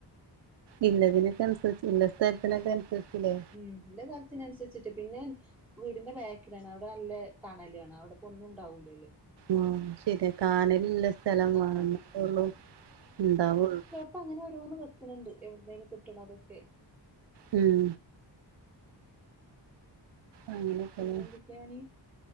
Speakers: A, on the right; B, in the centre.
A: ഇന്നതിനൊക്കെ അനുസരിച്ച് ഇന്ന സ്ഥലത്തിനൊക്കെ അനുസരിച്ചില്ലേ
B: ഉം ഇള്ള സ്ഥലത്തിനനുസരിച്ചിട്ട് പിന്നെ വീടിന്റെ ബോക്കിലാണ് അവിടെ നല്ല തണലാണ് അവിടെപ്പോന്നും ഉണ്ടാവൂലല്ലോ
A: ആഹ് ശരിയാ കാനലുള്ള സ്ഥലം
B: ആഹ്
A: വാണം അപ്പൊള്ളൂ ഉണ്ടാവുള്ളു
B: ഇപ്പൊ അങ്ങനെ ഓരോന്ന് വെക്കണണ്ട് എവിട്ന്നേലും കിട്ടണതൊക്കെ
A: ഉം അങ്ങനെയൊക്കെല്ലേ
B: പിന്നെ എന്തൊക്കെയാണ്